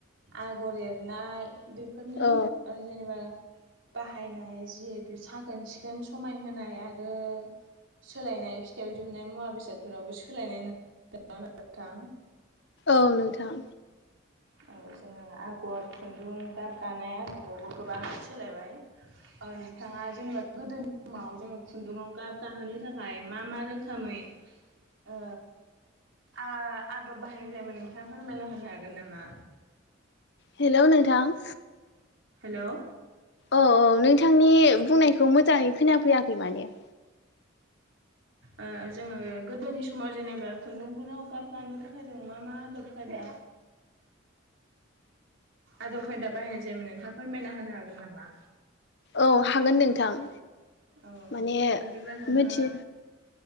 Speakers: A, on the right; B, on the left.
A: आगर एरनाय बेफोरनि
B: औ
A: जेनेबा बाहायनाय जिहेतु साखोन सिखोन समायहोनाय आरो सोलायनाय फिथाइयाव दिहुननाय मुवा बेसादफोरावबो सोलायनाय <unintelligible> थां
B: औ नोंथां
A: औ जोङो आगर खुन्दुं गाब गानाय आदबावबो गोबां सोलायबाय नोंथाङा जेनेबा गोदोनि समाव जोङो खुन्दुङाव गाब गाहोनो थाखाय मा मा रोखोमै ओ आ आदब बाहायनाय जायोमोन नोंथां आफोरमायना हो हागोन नामा?
B: हेल' नोंथां
A: हेल'
B: औ औ नोंथांनि बुंनायखौ मोजाङै खोनाफैयाखै माने
A: ओ‌ जोङो गोदोनि समाव जेनेबा खुन्दुंफोराव गाब गानो थाखाय जों मा मा आदब खायदा आदब खायदा बाहायनाय जायोमोन नोंथाङा फोरमायना होनो हागोन नामा?
B: औ हागोन नोंथां।
A: औ
B: माने
A: बिबदिबा नोंथाङा
B: मिथि